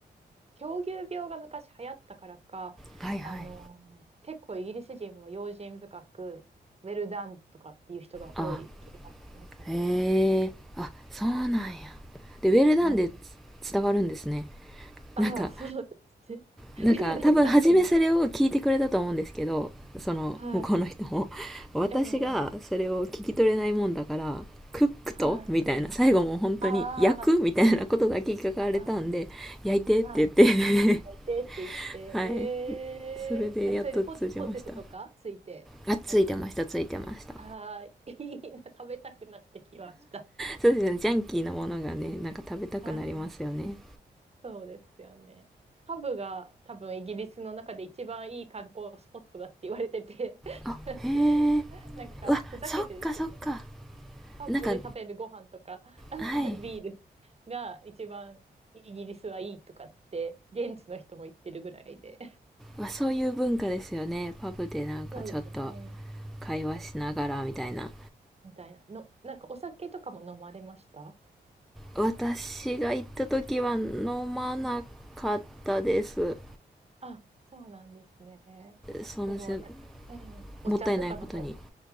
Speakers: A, on the right; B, in the centre.
A: 狂牛病が昔流行ったからか、
B: はいはい。
A: あの、結構イギリス人は用心深く、ウェルダンとかっていう人が多い気がしますね。
B: あ、へえあそうなんやでウェルダンで
A: はい。
B: 伝わるんですね
A: ああ、
B: なんか
A: そうですね。<laughs>
B: なんか多分初めそれを聞いてくれたと思うんですけどその向こうの人も私がそれを聞き取れないもんだからクックとみたいな最後も本当に焼くみたいなことだけ聞かれたんで焼いてって言っ
A: ウェルダンって確かに。はい。ええはい。ああ、ああ、はい。
B: て
A: いてって言って、
B: <laughs> はい
A: ええだそれでポテ、
B: それでやっと通じました
A: ポテトとかついて、
B: あついてましたついてました
A: あれですか。ああ、いいな、食べたくなってきました。
B: そうですねジャンキーなものがねなんか食べたくなりますよね
A: はいそうですよね。ハブが多分イギリスの中で一番いい観光スポットだって言われてて
B: あへえ
A: <laughs> なんかふざけてですけど、
B: うわそっかそっか
A: ハブで食べるご飯とか
B: なんか
A: <laughs>
B: はい
A: ビールが一番イギリスはいいとかって現地の人も言ってるぐらいで。
B: わそういう文化ですよねパブでなんかちょっと
A: そうですよね。
B: 会話しながらみたいな
A: みたいな。の、なんかお酒とかも飲まれました
B: 私が行った時は飲まなかったです
A: あ、そうなんですね。
B: そのじ
A: でも、な、ええお茶とかの方が。
B: もったいないことに